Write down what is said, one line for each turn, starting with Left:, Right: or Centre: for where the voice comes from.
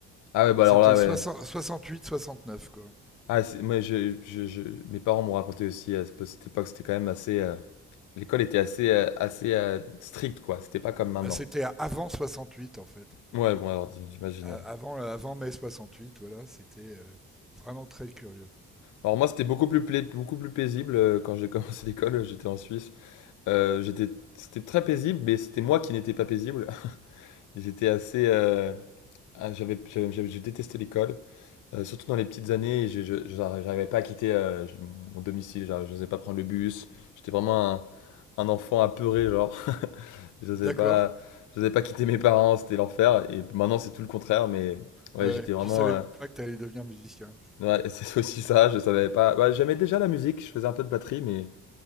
Left: Ah ouais, bah
Centre: C'était
Left: alors là, ouais.
Centre: soixante-huit, soixante-neuf, quoi.
Left: Ah, c'est- moi, je, je- je- mes parents m'ont raconté aussi à cette époque, c'était quand même assez. euh, l'école était assez, euh, assez euh, stricte, quoi. C'était pas comme maintenant.
Centre: Bah, c'était avant 68 en fait.
Left: Ouais, bon, alors j'imagine.
Centre: A-
Left: ouais.
Centre: Avant, avant mai soixante-huit, voilà, c'était euh, vraiment très curieux.
Left: Alors moi, c'était beaucoup plus, pla- beaucoup plus paisible euh, quand j'ai commencé <laughs> l'école. euh, J'étais en Suisse. Euh, j'étais, c'était très paisible, mais c'était moi qui n'étais pas paisible. <laughs> J'étais assez. euh, ah, j'avais, j'avais- j'avais- je détestais l'école. Heu, surtout dans les petites années, je je j'arri j'arrivais pas à quitter, heu, je mon domicile, genre j'osais pas prendre le bus. J'étais vraiment un un enfant apeuré genre. <laughs> Je J'osais
Centre: D'accord
Left: pas je j'osais pas quitter mes parents, c'était l'enfer et maintenant c'est tout le contraire mais ouais,
Centre: Ouais,
Left: j'étais vraiment,
Centre: tu savais
Left: heu,
Centre: pas que t'allais devenir musicien.
Left: ouais, <laughs> c'est aussi ça, je savais pas bah, j'aimais déjà la musique, je faisais un peu de batterie mais